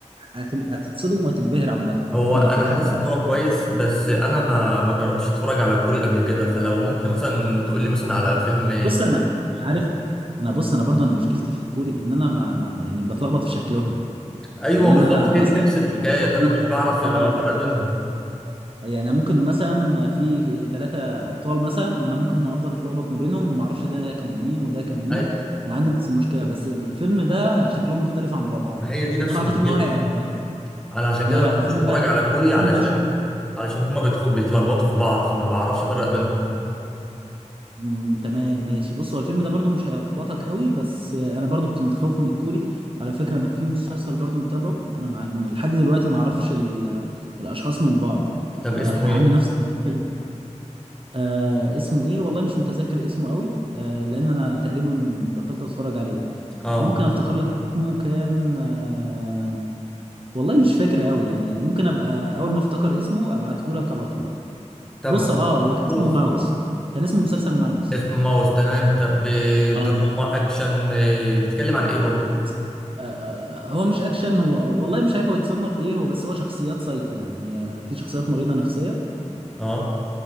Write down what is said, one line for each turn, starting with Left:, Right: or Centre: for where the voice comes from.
Right: هت- هتتصدم وهتتبهر عامة
Centre: هو
Right: من
Centre: انا
Right: الفكرة
Centre: حاسس
Right: بتاعته
Centre: ان هو كويس بس انا ما ما جربتش اتفرج على كوري قبل كده فلو ممكن مثلا تقول لي مثلا على فيلم
Right: بص انا عارف انا بص انا برضو انا مشكلتي في الكوري ان انا ما ما- يعني بتلخبط في شكلهم
Centre: ايوه
Right: يعني
Centre: بالظبط
Right: انا
Centre: هي
Right: مثلا
Centre: دي نفس الحكايه ان
Right: المفروض-
Centre: انا مش بعرف
Right: اه
Centre: افرق بينهم
Right: يعني ممكن مثلا في ثلاثة أبطال مثلا أنا ممكن أفضل أتلخبط ما بينهم وما أعرفش ده كان مين وده كان مين
Centre: أي...
Right: أنا عندي نفس المشكلة بس الفيلم ده شكلهم مختلف عن بعض
Centre: ما هي دي نفس
Right: فأنا
Centre: مشكلتي
Right: أعتقد إن هو هيعجبك
Centre: انا عشان
Right: لا
Centre: كده ما
Right: لا
Centre: بحبش
Right: الفيلم
Centre: اتفرج
Right: ده
Centre: على كوري علشان
Right: الفيلم ده
Centre: علشان هما بيدخل بيتلخبطوا في بعض فما بعرفش افرق بينهم
Right: مم، تمام ماشي بص هو الفيلم ده برضو مش هيلخبطك قوي بس أنا برضو كنت متخوف من الكوري على فكرة أنا في مسلسل برضو متابعه أنا مع... لحد دلوقتي ما أعرفش ال... الأشخاص من بعض فعندي
Centre: طب اسمه ايه
Right: نفس المشكلة آه اسمه ايه والله مش متذكر اسمه قوي آه لان انا تقريبا بطلت اتفرج عليه
Centre: اه
Right: ممكن افتكر لك اسمه كان آه والله مش فاكر قوي يعني ممكن ابقى اول ما افتكر اسمه ابعته لك على طول
Centre: طب
Right: بص
Centre: حركة
Right: اه هو كان
Centre: خلاص
Right: اسمه ماوس كان اسمه مسلسل ماوس
Centre: اسمه ماوس تمام طب آه، دراما
Right: اه
Centre: اكشن آه، بيتكلم عن ايه برضو
Right: بص، آه، هو مش اكشن هو والله مش عارف هو يتصنف ايه هو بس هو شخصيات سايكو يعني آه، في شخصيات مريضة نفسية
Centre: اه